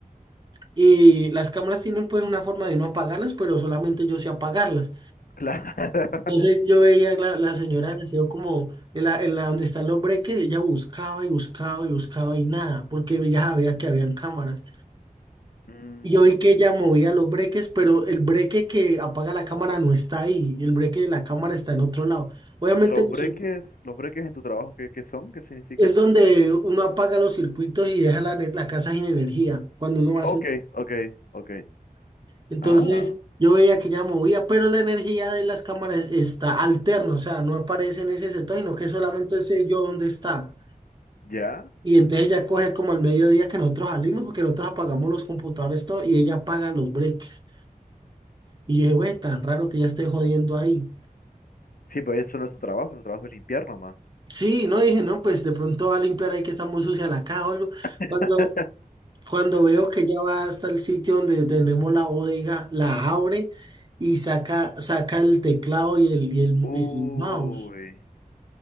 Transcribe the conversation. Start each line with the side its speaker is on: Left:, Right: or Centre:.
Right: y las cámaras tienen pues una forma de no apagarlas, pero solamente yo sé apagarlas.
Left: claro. <laughs>
Right: Entonces yo veía la, la señora del aseo como en la, en la donde están los breques, ella buscaba y buscaba y buscaba y nada, porque ella sabía que habían cámaras.
Left: Mm,
Right: Y yo vi que ella movía los breques, pero el breque que apaga la cámara no está ahí, el breque de la cámara está en otro lado. Obviamente
Left: los
Right: nosotros-
Left: breques, los breques en tu trabajo, ¿qué, qué son? ¿Qué significa?
Right: es donde uno apaga los circuitos y deja la, la casa sin energía, cuando uno va a
Left: Ok,
Right: hacer...
Left: ok, ok.
Right: Entonces
Left: Ah,
Right: yo veía que ya movía, pero la energía de las cámaras está alterna, o sea, no aparece en ese sector, sino que solamente sé yo dónde está.
Left: ya.
Right: Y entonces ella coge como al mediodía que nosotros salimos, porque nosotros apagamos los computadores todo y ella apaga los breaks. Y yo dije, güey, tan raro que ya esté jodiendo ahí.
Left: Sí, pero eso no es tu trabajo, tu trabajo es limpiar nomás.
Right: Sí, no dije, no, pues de pronto va a limpiar ahí que está muy sucia la caja o algo.
Left: <laughs>
Right: Cuando, cuando veo que ya va hasta el sitio donde tenemos la bodega, la abre y saca, saca el teclado y el, y el,
Left: Uy,
Right: y el mouse.